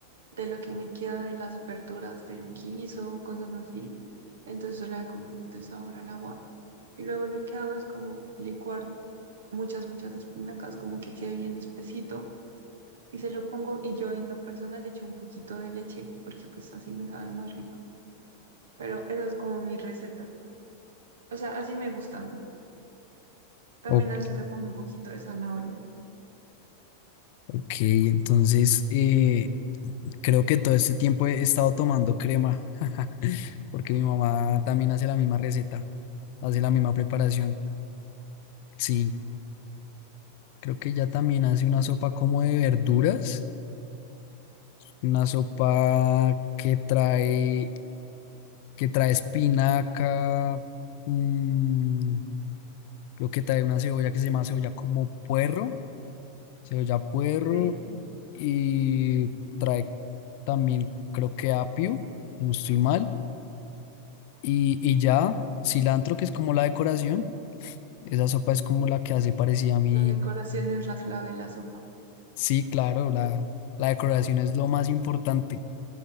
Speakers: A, on the right (about 60°); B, on the left (about 45°).
A: de lo que me queda de las verduras del guiso, cosas así. Entonces, yo le hago un poquito de sabor al agua. Y luego lo que hago es como licuar muchas, muchas espinacas, como que quede bien espesito y se lo pongo y yo en lo personal le echo un poquito de leche porque pues así me sabe más rico. Pero esa es como mi receta. O sea, así me gusta a mí. También
B: ok,
A: a veces le pongo un poquito de zanahoria.
B: ok, entonces eh, creo que todo este tiempo he estado tomando crema, porque mi mamá también hace la misma receta, hace la misma preparación. Sí, creo que ella también hace una sopa como de verduras Una sopa que trae, que trae espinaca, mm, lo que trae una cebolla que se llama cebolla como puerro, cebolla puerro,
A: Ok,
B: y trae también creo que apio, si no estoy mal, y, y ya cilantro que es como la decoración, esa sopa es como la que hace parecida a mí.
A: la decoración es la clave de la sopa.
B: Sí, claro, la, la decoración es lo más importante,